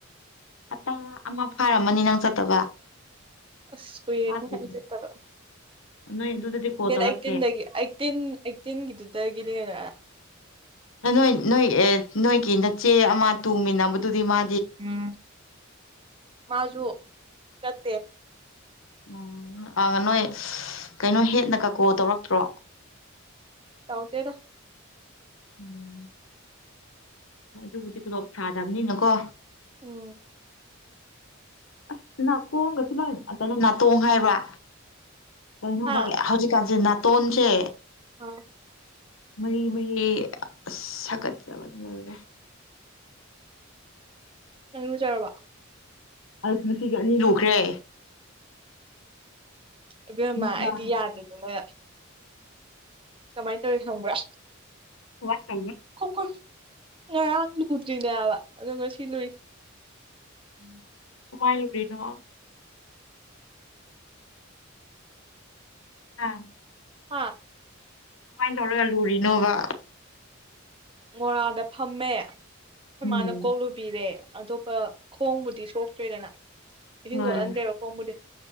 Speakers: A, on the left (about 75°); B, on the right (about 25°).
A: ꯍꯇꯥ ꯑꯃ ꯐꯥꯔꯝꯃꯅꯤ ꯅꯪ ꯆꯠꯇꯕ
B: ꯑꯁ ꯀꯨꯢꯔꯦꯍꯦ
A: ꯐꯥꯗ꯭ꯔꯤꯕꯅꯤ
B: ꯑꯩ ꯆꯠꯇꯕ
A: ꯅꯣꯏ ꯑꯗꯨꯗꯗꯤ ꯀꯣꯜ
B: ꯗꯦꯠ
A: ꯇꯧꯔꯛꯇꯦ
B: ꯑꯩꯠꯇꯤꯟꯗꯒꯤ ꯑꯩꯠꯇꯤꯟ ꯑꯩꯠꯇꯤꯟꯒꯤꯗꯨꯗꯒꯤꯗꯤ ꯅꯦꯅ
A: ꯅꯣꯏ ꯅꯣꯏ ꯑꯦ ꯅꯣꯏꯒꯤ ꯅꯆꯦ ꯑꯃ ꯇꯨꯃꯤꯟꯅꯕꯗꯨꯗꯤ ꯃꯥ
B: ꯎꯝ ꯃꯥꯁꯨ ꯆꯠꯇꯦ
A: ꯎꯝ ꯑ ꯅꯣꯏ ꯀꯩꯅꯣ ꯍꯦꯠꯅꯒ ꯀꯣꯜ ꯇꯧꯔꯛꯇ꯭ꯔꯣ
B: ꯇꯧꯔꯛꯇꯦꯗ
A: ꯎꯝ ꯑꯗꯨꯕꯨꯗꯤ ꯇꯣꯂꯣꯞ ꯁꯥꯗꯕꯅꯤꯅꯀꯣ
B: ꯎꯝ
A: ꯑꯁ ꯅꯥꯀꯣꯡꯒꯁꯨ ꯂꯣꯏ ꯑ ꯀꯩꯅꯣ ꯅꯥꯇꯣꯡ ꯍꯥꯏꯕ꯭ꯔꯥ ꯀꯩꯅꯣ
B: ꯍꯥ
A: ꯚꯥꯏ ꯍꯧꯖꯤꯛꯀꯥꯟꯁꯦ ꯅꯥꯇꯣꯟꯁꯦ
B: ꯑꯥ
A: ꯃꯔꯤ ꯃꯔꯤ ꯑꯁ ꯁꯥꯒꯠꯂꯕꯅ ꯂꯣꯢꯔꯦ
B: ꯅꯪ ꯢꯔꯨꯖꯔꯕꯣ
A: ꯑꯁ ꯉꯁꯤꯒꯤ ꯑꯅꯤ ꯂꯨꯈ꯭ꯔꯦ
B: ꯢꯕꯦꯝꯃꯥ
A: ꯅꯨꯡꯗꯥꯡ
B: ꯑꯩꯗꯤ ꯌꯥꯗꯗꯅ ꯀꯃꯥꯏ ꯇꯧꯔꯦ ꯈꯪꯕ꯭ꯔꯥ
A: ꯋꯥ ꯇꯨ
B: ꯨ ꯀꯣꯛꯀ ꯉꯔꯥꯡ ꯂꯨꯗ꯭ꯔꯤꯅꯦꯌꯕ ꯑꯗꯨ ꯉꯁꯤ ꯂꯨꯏ ꯎꯝ
A: ꯀꯃꯥꯏ ꯂꯨꯔꯤꯅꯣ ꯑꯥ
B: ꯍꯥꯥ
A: ꯀꯃꯥꯏ ꯇꯧꯔꯒ ꯂꯨꯔꯤꯅꯣꯕ
B: ꯃꯣꯔꯥꯗ ꯐꯝꯃꯦ ꯑꯩꯈꯣꯏ
A: ꯎꯝ
B: ꯃꯥꯅ ꯀꯣꯛ ꯂꯨꯕꯤꯔꯦ ꯑꯇꯣꯞꯄ ꯈꯣꯡꯕꯨꯗꯤ ꯁꯣꯛꯇ꯭ꯔꯦꯗꯅ ꯏꯁꯤꯡ
A: ꯍꯣꯏ
B: ꯆꯣꯠꯍꯟꯗꯦꯕ ꯈꯣꯡꯕꯨꯗꯤ